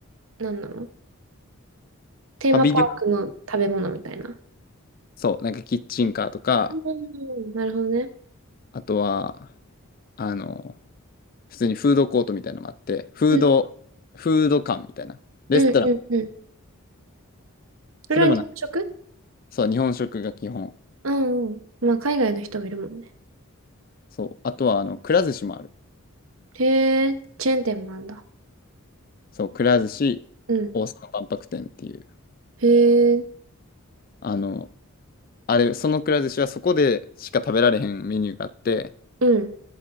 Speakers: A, on the right; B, on the left.
A: 何なのテーマパークの食べ物みたいな。
B: パビリオン、そう、なんかキッチンカーとか、
A: うん。なるほどね。
B: あとは、あの、普通にフードコートみたいなのがあって、フード、
A: うん。
B: フード館みたいな。
A: うん。
B: レストラン。
A: うん。うん。それは日本食
B: それもな、そう、日本食が基本。
A: うんうん。まあ、海外の人もいるもんね。
B: そう。あとは、あの、くら寿司もある。
A: へえ、チェーン店もあんだ。
B: そう、くら寿司、
A: うん。
B: 大阪万博店っていう。
A: へえ、
B: あの、あれ、そのくら寿司はそこでしか食べられへんメニューがあって、
A: うん。